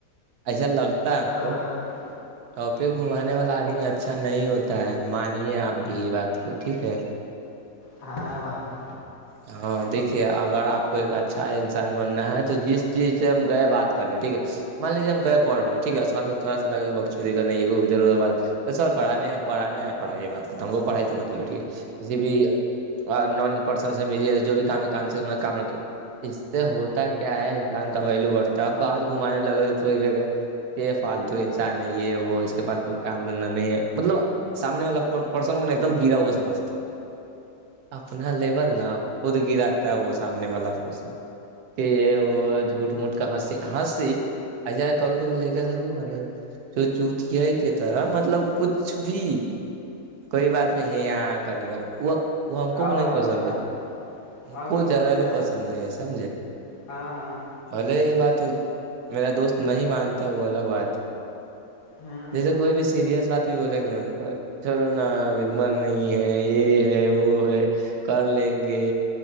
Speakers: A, on the right; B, on the left.
A: ایسا لگتا ہے
B: ا
A: ہم کو
B: ہ <unintelligible>
A: ٹاپک گھمانے والا آدمی اچھا نہیں ہوتا ہے مانیے آپ بھی بات کو ٹھیک ہے
B: ہاں بھائی
A: ہاں ہاں دیکھیے اگر آپ کو ایک اچھا انسان بننا ہے تو جس چیز سے ہم گئے بات کرنے ٹھیک ہے مان لیجیے ہم گئی پڑ رہ نہیں ٹیک ہے تھوڑا لگے بک نہیں ادھر ادھر بات سر پڑھانے ہے پڑانے ہیں پڑائی بات تنگو پڑھائی سے تو مطلب ٹ ہے کسی بھی نان پرسن سے م جو بھی کام ہے کام سے کام رکھے اس سے ہوتا کیا ہے انسان کا ویلو بڑھتا ہے اب بات گھمانے لگے کو یہ فالتو انسان ہے یہ وہ اس کے پاس کوئی کام دھندہ نہیں ہے مطلب سامنے والا پرسن کو ن ایک دم گرا ہوا ستے اپنا لیول نا خود گراتا ہے وہ سامنے والا پرسن کہ یہ وہ جھوٹ موٹ کا ہسی ہسیسی ای کبھی کبھی لے گ س سوچ اتے کے طرح مطلب کچھ بھی کوئی بات نہیں ہے یہاں کرنے کا وہ وہ ہم
B: ہاں
A: کو نہیں
B: بھائی
A: پسند
B: ہاں
A: ہے م
B: ہم
A: کو
B: سمجھتے
A: جرا بھی
B: ہیں
A: پسند نہیں ہے سمجے
B: ہاں ہاں
A: بھلے یہ بات میرا دوست نہیں مانتا وہ الگ بات ہے
B: ہوں
A: جیسے کوئی بھی سیریس بات بولیں گے چلو نابمر نہیں ہے یہ ہے وہ ہے کار ل ہ گے